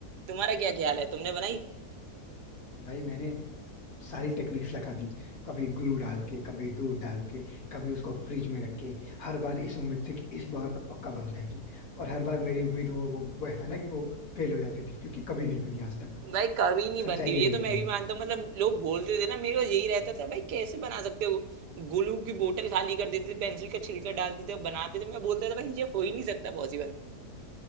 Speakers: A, on the right; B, on the left.
A: तुम्हारा क्या ख्याल है तुमने बनाई
B: भाई मैंने सारी टेक्निक्स लगा दी कभी ग्लू डाल के कभी दूध डाल के कभी उसको फ्रिज में रख के हर बार इस उम्मीद से कि इस बार तो पक्का बन जाएगी और हर बार मेरी उम्मीद वो वो वैसा ना कि वो फेल हो जाती थी क्योंकि कभी नहीं बनी आज तक
A: भाई कभी नहीं
B: सच्चाई
A: बनती
B: यही
A: ये
B: है
A: तो मैं
B: भाई
A: भी मानता हूँ मतलब लोग बोलते थे ना मेरे को यही रहता था भाई कैसे बना सकते हो ग्लू की बोतल खाली कर देते थे पेंसिल का छिलका डालते थे और बनाते थे मैं बोलता था भाई ये हो ही नहीं सकता पॉसिबल